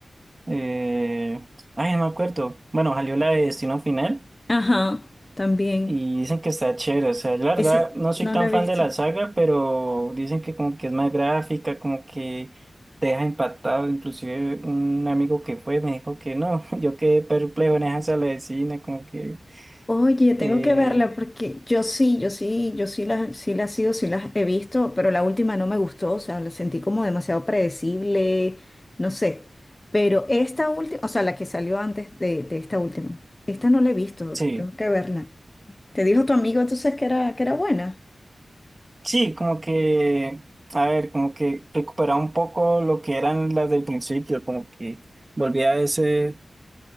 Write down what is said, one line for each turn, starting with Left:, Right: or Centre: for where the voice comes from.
Right: eh, Ay, no me acuerdo. Bueno, salió la de Destino Final.
Left: Ajá, también.
Right: Y dicen que está chévere, o sea, yo la
Left: Ese
Right: verdad no soy
Left: no
Right: tan
Left: lo he
Right: fan
Left: visto.
Right: de la saga, pero dicen que como que es más gráfica, como que te deja impactado, inclusive un amigo que fue me dijo que no, <laughs> yo quedé perplejo en esa sala de cine, como que,
Left: Oye, tengo
Right: eh,
Left: que verla porque yo sí, yo sí, yo sí las, sí las sigo, sí las he visto, pero la última no me gustó, o sea, la sentí como demasiado predecible, no sé. Pero esta última, o sea, la que salió antes de, de esta última, esta no la he visto,
Right: sí,
Left: tengo que verla. ¿Te dijo tu amigo entonces que era, que era buena?
Right: sí, como que, a ver, como que recuperaba un poco lo que eran las del principio, como que volvía a ese